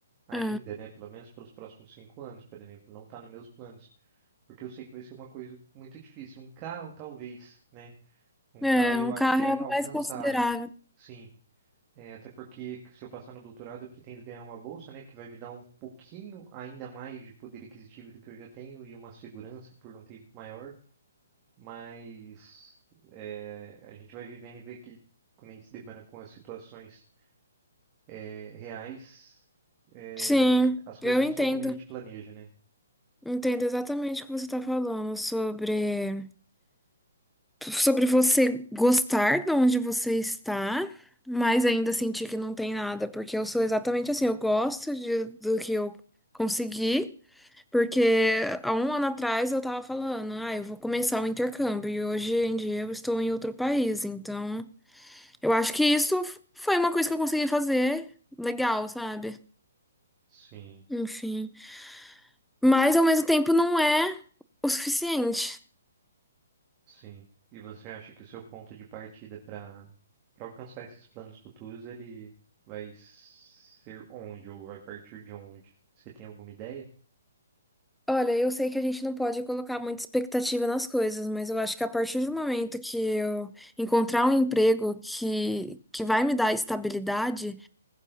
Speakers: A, on the right (about 20°); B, in the centre.
A: ainda,
B: É.
A: né? Pelo menos pelos próximos cinco anos, por exemplo, não está nos meus planos, porque eu sei que vai ser uma coisa muito difícil. Um carro, talvez, né? Um
B: É,
A: carro eu
B: um
A: acho
B: carro
A: que é
B: é
A: alcançável,
B: mais considerável.
A: sim. É, até porque se eu passar no doutorado, eu pretendo ganhar uma bolsa, né, que vai me dar um pouquinho ainda mais de poder aquisitivo do que eu já tenho e uma segurança por um tempo maior. Mas é, a gente vai vivendo e ver que quando a gente se depara com as situações é, reais, é,
B: Sim,
A: as coisas
B: eu
A: não
B: entendo.
A: são como a gente planeja, né?
B: Entendo exatamente o que você está falando sobre sobre você gostar de onde você está, mas ainda sentir que não tem nada, porque eu sou exatamente assim, eu gosto de, do que eu consegui, porque há um ano atrás eu estava falando, ah, eu vou começar o intercâmbio e hoje em dia eu estou em outro país, então eu acho que isso foi uma coisa que eu consegui fazer legal, sabe?
A: Sim.
B: Enfim. Mas ao mesmo tempo não é o suficiente.
A: Sim. E você acha que o seu ponto de partida para para alcançar esses planos futuros, ele vai ser onde ou vai partir de onde? Você tem alguma ideia?
B: Olha, eu sei que a gente não pode colocar muita expectativa nas coisas, mas eu acho que a partir do momento que eu encontrar um emprego que, que vai me dar estabilidade,